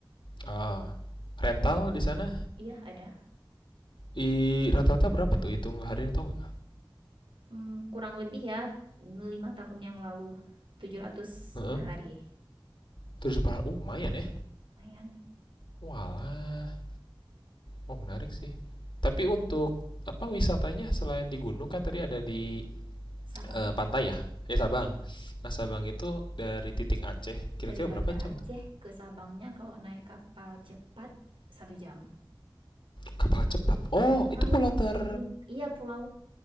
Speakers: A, on the left; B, on the right.
A: Ah. Rental di sana
B: Iya, ada.
A: i rata-rata berapa tuh hitung harian atau nggak
B: Hmm, kurang lebih ya 5 tahun yang lalu, tujuh ratus
A: Heeh.
B: per hari.
A: Terus dipahala, uh, lumayan ya.
B: Lumayan,
A: Walah. Oh, menarik sih. Tapi untuk apa wisatanya selain di gunung kan tadi ada di
B: Sabang.
A: eh, pantai ya? Ya Sabang. Nah, Sabang itu dari titik Aceh kira-kira
B: Dari Banda
A: berapa jam
B: Aceh
A: tuh?
B: ke Sabangnya kalau naik kapal cepat satu jam.
A: Kapal cepat. Oh, itu
B: Laut.
A: pulau ter
B: Iya pulau.